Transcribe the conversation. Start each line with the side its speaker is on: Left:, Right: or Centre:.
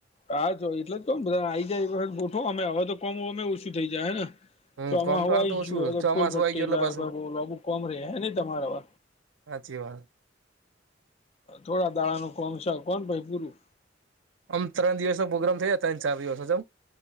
Left: હા ચો એટલે તો બધા આઈ જાય એક વખત ગોઠો અમે હવે તો કોમું અમે ઓછું થઇ જાય હે ને.
Right: હમ
Left: તો આમાં
Right: કોમ
Left: હવાઈ
Right: હાલ તો ઓછું
Left: જો
Right: ચોમાસું
Left: ફૂલ પટ્ટલાુ
Right: આવી ગયું એટલે પાછું
Left: કોમ રે હ ન તમારા હવ?
Right: સાચી વાત.
Left: થોડા દાણા નુ કામ છે કોન ભાઈ પુરૂ.
Right: આમ ત્રણ દિવસ ન પ્રોગ્રામ થયા ત્રણ ચાર દિવસમા આજાવ.